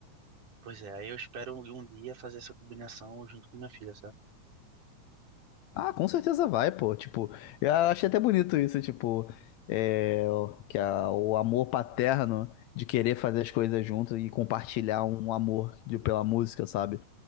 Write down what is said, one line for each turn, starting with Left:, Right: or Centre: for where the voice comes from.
Right: pois é, aí eu espero um dia fazer essa combinação junto com minha filha, sabe?
Left: Ah, com certeza vai, pô. Tipo, eu achei até bonito isso, tipo, é, que a- o amor paterno de querer fazer as coisas junto e compartilhar um amor de- pela música, sabe?